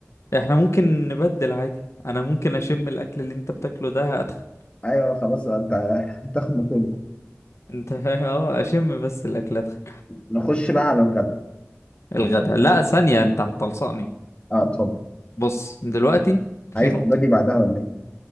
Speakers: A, on the left (about 70°); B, on the left (about 25°).
A: احنا ممكن نبدل عادي انا ممكن اشم الاكل اللي انت بتاكله ده اتخن
B: ايوه خلاص انت <laughs> هتاخد مكان
A: انت فاهم <laughs> اه اشم بس الاكل اتخن
B: نخش بقى على الغدا
A: الغدا
B: الغدا-
A: لا ثانية انت هتلصقني
B: اه اتفضل
A: بص دلوقتي في
B: عايز
A: نقطة
B: تبادي بعدها ولا ايه؟